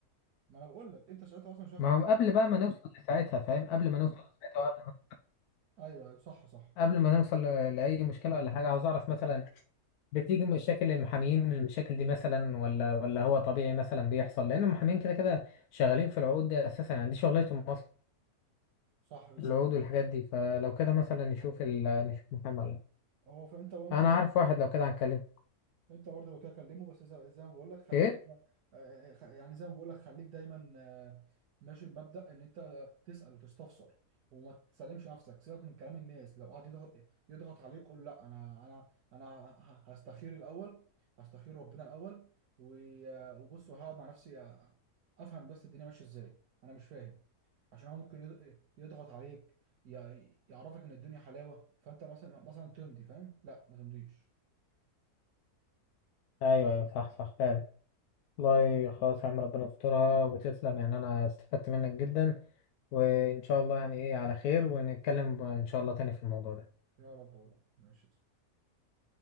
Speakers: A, on the right; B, on the left.
A: ما انا بقول لك انت ساعتها اصلا مش هتعرف
B: ما
A: تعمل
B: هو قبل بقى ما نوصل لساعتها فاهم قبل ما نوصل لساعتها وقبل ما
A: ايوه ايوه صح صح
B: قبل ما نوصل ل- لأي مشكلة ولا حاجة عاوز أعرف مثلا بتيجي مشاكل المحامين من المشاكل دي مثلا ولا ولا هو طبيعي مثلا بيحصل لان المحامين كده كده شغالين في العقود دي اساسا يعني دي شغلتهم اصلا
A: صح بالظبط
B: العقود والحاجات
A: يعني
B: دي فلو
A: أيوة.
B: كده مثلا نشوف ال... نشوف محامي ولا لأ.
A: هو فانت وانت
B: انا
A: ممكن
B: عارف واحد لو كده هنكلمه
A: انت برضه لو كده كلمه بس زي, زي ما بقول لك خليك
B: ايه
A: آه، خ- يعني زي ما بقول لك خليك دايما آه، ماشي بمبدأ ان انت تسأل وتستفسر وما تسلمش نفسك سيبك من كلام الناس لو قعد يضغط يضغط عليك قول لا انا انا انا ه- هستخير الاول هستخير ربنا الاول و- آه، وبص وهقعد مع نفسي أ- افهم بس الدنيا ماشيه ازاي انا مش فاهم عشان هو ممكن يض- يضغط عليك ي- يعرفك ان الدنيا حلاوه فانت مثلا مثلا تمضي فاهم لا ما تمضيش
B: ايوه ايوه صح صح فعلا والله خلاص يا عم ربنا يسترها وتسلم يعني انا استفدت منك جدا وان شاء الله يعني ايه على خير ونتكلم ان شاء الله تاني في الموضوع ده
A: يا رب والله ماشي يا